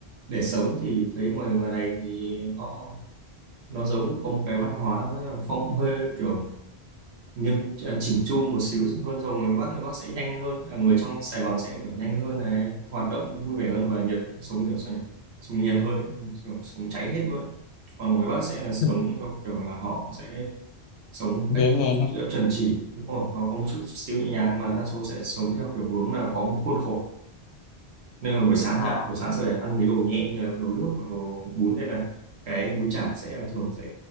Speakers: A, on the right (about 80°); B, on the left (about 85°).
A: để sống thì thấy ngoài ngoài này thì họ nó giống có một cái văn hóa phong hơi kiểu nghiêm à, chỉnh chu một xíu hơn rồi người Bắc người Bắc sẽ nhanh hơn à, người trong Sài Gòn sẽ kiểu nhanh hơn này hoạt động vui vẻ hơn và nhiệt sống kiểu sao nhỉ sống nhiệt hơn ấy, kiểu sống cháy hết luôn ấy. còn ngoài Bắc sẽ là giống
B: <laughs>
A: theo kiểu là họ sẽ sống một
B: dễ
A: cách
B: nhàng ha?
A: chuẩn chỉ đúng không? nó có một chút xíu nhẹ nhàng mà đa số sẽ sống theo kiểu hướng là có một khuôn khổ nên là buổi sáng
B: à
A: chẳng hạn buổi sáng sẽ phải ăn mấy đồ nhẹ như là đồ nước hoặc đồ bún nên là cái bún chả sẽ là thường sẽ